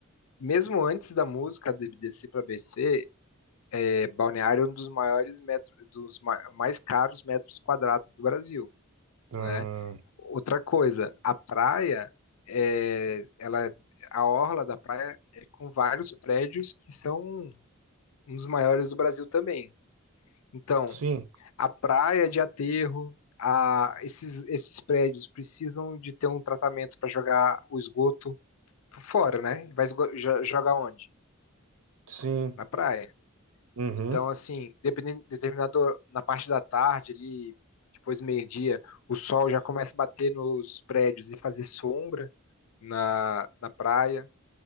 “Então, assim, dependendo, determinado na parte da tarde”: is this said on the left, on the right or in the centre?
Left